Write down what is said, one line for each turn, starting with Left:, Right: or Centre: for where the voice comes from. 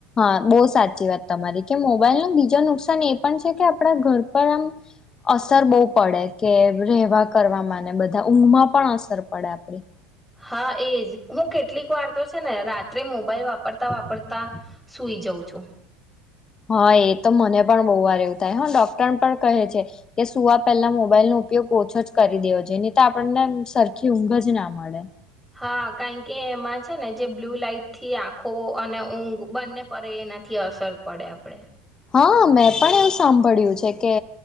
Left: હા બહુ સાચી વાત તમારી કે મોબાઈલ ન બીજું નુકસાન એ પણ છે કે આપડા ઘર પર આમ અસર બહુ પડે કે રેવા કરવાવામાં બધા ઊંઘમાં પણ અસર પડે આપડી.
Centre: હા એજ હું કેટલીક વાર તો છે ને રાત્રે મોબાઈલ વાપરતા વાપરતા સુઈ જાઉં છું.
Left: હા એ તો મને પણ બહુ વાર એવું થાય હ ડોક્ટર પણ કહે છે કે સુઆ પહેલા મોબાઈલ નો ઉપયોગ ઓછો જ કરી દેઓ જોય ની તો આપણને સરખી ઊંઘ જ ના મળે.
Centre: હા કારણ કે એમાં છે ને જે બ્લુ લાઈટ થી આંખો અને ઊંઘ બંને પરે એનાથી અસર પડે આપડે.
Left: હા મેં પણ એવું સાંભળ્યું છે કે